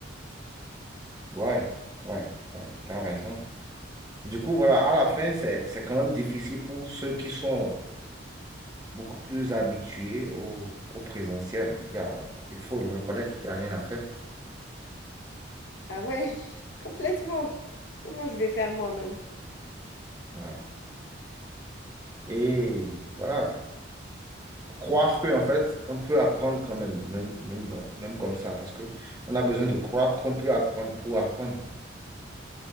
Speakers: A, on the right; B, on the left.
A: Ouais, ouais, ouais, tu as raison. Du coup, voilà, à la fin, c'est, c'est quand même difficile pour ceux qui sont beaucoup plus habitués au, au présentiel. Il y a- il faut le reconnaître, il n'y a rien à faire.
B: Ah ouais, <laughs> complètement. Comment je vais faire moi maintenant?
A: Ouais. Et voilà, croire que, en fait, on peut apprendre quand même, même, même, dans- même comme ça, parce que on a besoin de croire qu'on peut apprendre pour apprendre.